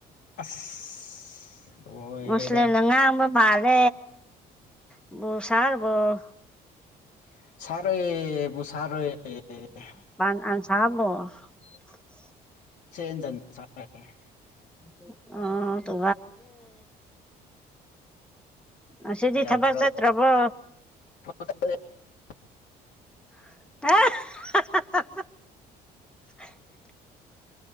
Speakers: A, on the left (about 75°); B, in the centre.
A: ꯑꯁ ꯂꯣꯏꯔꯦꯅꯦ
B: ꯃꯨꯁꯂꯤꯝꯅ ꯉꯥꯡꯕ ꯃꯥꯜꯂꯦ ꯕꯨ ꯁꯥꯔꯕꯨ
A: <unintelligible>
B: <unintelligible>
A: <unintelligible>
B: <unintelligible> ꯉꯁꯤꯗꯤ
A: ꯌꯥꯕ꯭ꯔꯣ
B: ꯊꯕꯛ ꯆꯠꯇ꯭ꯔꯕꯣ
A: <unintelligible>
B: <unintelligible>